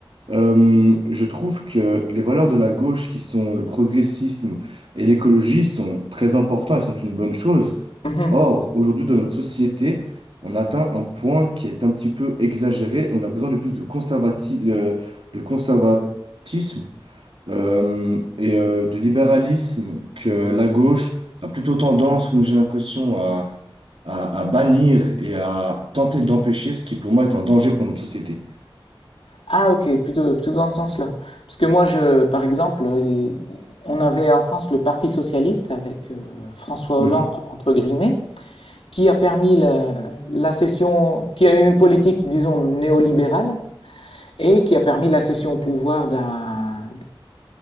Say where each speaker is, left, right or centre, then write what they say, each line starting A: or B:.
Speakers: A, on the right; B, on the left.
A: euh, je trouve que les valeurs de la gauche, qui sont le progressisme et l'écologie, sont très importantes et sont une bonne chose.
B: Mhm.
A: Or, aujourd'hui, dans notre société, on atteint un point qui est un petit peu exagéré et on a besoin de plus de conservati- euh, de conservatisme euh, et euh, de libéralisme que la gauche a plutôt tendance, comme j'ai l'impression, à, à- à bannir et à tenter d'empêcher, ce qui pour moi est un danger pour notre société.
B: Ah, ok, plutôt, plutôt dans ce sens-là. Parce que moi, je, par exemple, euh, il- on avait en France le Parti socialiste avec euh, François
A: Mhm.
B: Hollande entre guillemets. qui a permis la, la cession, qui a une politique, disons, néolibérale, et qui a permis la cession au pouvoir d'un